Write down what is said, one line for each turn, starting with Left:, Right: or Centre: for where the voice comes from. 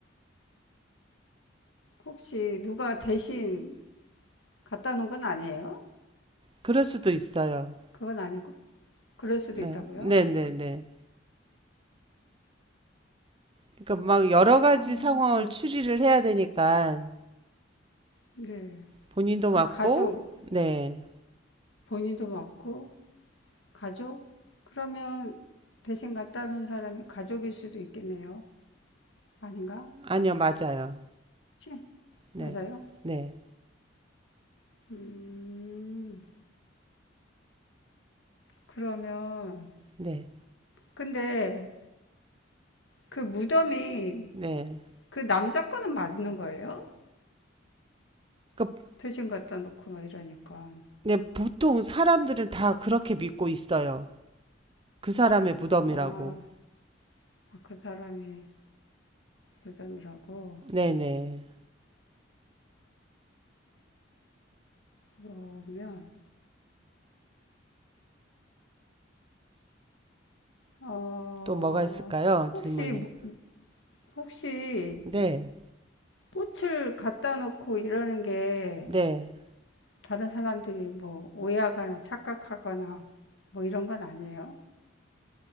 Left: 혹시 누가 대신 갖다 놓은 건 아니에요?
Right: 그럴 수도 있어요.
Left: 그건 아니고 그럴 수도
Right: 네,
Left: 있다고요?
Right: 네네네. 그러니까 막 여러 가지
Left: 어,
Right: 상황을
Left: 그렇,
Right: 추리를 해야 되니까,
Left: 네.
Right: 본인도
Left: 그럼
Right: 맞고,
Left: 가족,
Right: 네.
Left: 본인도 맞고, 가족? 그러면 대신 갖다 놓은 사람이 가족일 수도 있겠네요. 아닌가?
Right: 아니요, 맞아요.
Left: 치,
Right: 네.
Left: 맞아요?
Right: 네.
Left: 음, 그러면,
Right: 네.
Left: 근데 그 무덤이
Right: 네.
Left: 그 남자 거는 맞는 거예요?
Right: 그러니까
Left: 대신 갖다 놓고 막 이러니까.
Right: 네, 보통 사람들은 다 그렇게 믿고 있어요. 그 사람의 무덤이라고.
Left: 아, 아, 그 사람이 무덤이라고.
Right: 네네.
Left: 그러면, 어,
Right: 또 뭐가 있을까요?
Left: 혹시,
Right: 질문이.
Left: 무- 혹시
Right: 네.
Left: 꽃을 갖다 놓고 이러는 게
Right: 네.
Left: 다른 사람들이 뭐 오해하거나 착각하거나 뭐 이런 건 아니에요?